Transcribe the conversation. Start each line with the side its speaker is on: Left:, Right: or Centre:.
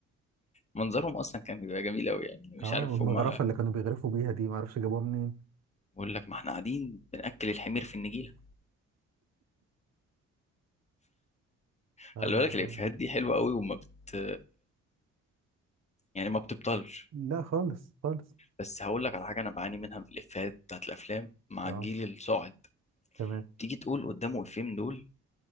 Left: منظرهم اصلا كان بيبقى جميل قوي يعني مش
Right: اه
Left: عارف
Right: والمغرفة
Left: هم
Right: اللي كانوا بيغرفوا بيها دي معرفش جابوها منين
Left: بقول لك ما احنا قاعدين بنأكل الحمير في النجيلة
Right: اه
Left: خلي بالك الإفيهات دي حلوة قوي وما بت يعني ما بتبطلش
Right: لا خالص خالص
Left: بس هقول لك على حاجة أنا بعاني منها في الإفيهات بتاعت الأفلام مع
Right: اه
Left: الجيل الصاعد
Right: تمام
Left: تيجي تقول قدامه إفيه من دول